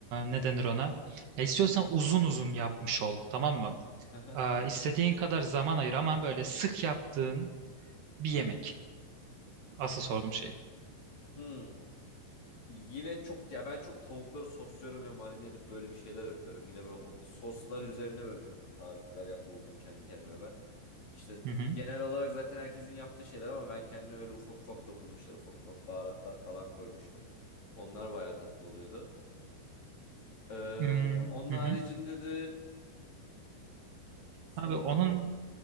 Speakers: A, on the right; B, on the left.
A: ne denir ona? Ya istiyorsan uzun uzun yapmış ol tamam mı?
B: <laughs>
A: Ee, istediğin kadar zaman ayır ama böyle sık yaptığın bir yemek. Asıl sorduğum şey.
B: hmm. Yine çok ya ben çok tavukları sosluyorum ve marine edip böyle bir şeyler yapıyorum. Yine böyle o soslar üzerine böyle çok tarifler yap, buldum kendi kendime ben. İşte
A: Hı hı.
B: genel olarak zaten herkesin yaptığı şeyler ama ben kendime öyle ufak ufak dokunuşlar, ufak ufak baharatlar falan koymuştum. Onlar bayağı tatlı oluyordu. Ee,
A: Hmm,
B: onun
A: hı
B: haricinde
A: hı.
B: de sanırım
A: Abi onun